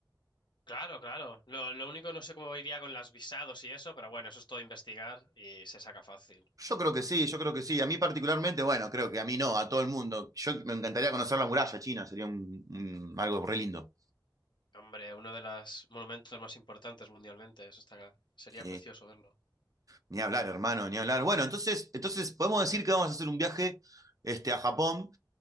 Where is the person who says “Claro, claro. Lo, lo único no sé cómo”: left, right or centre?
Left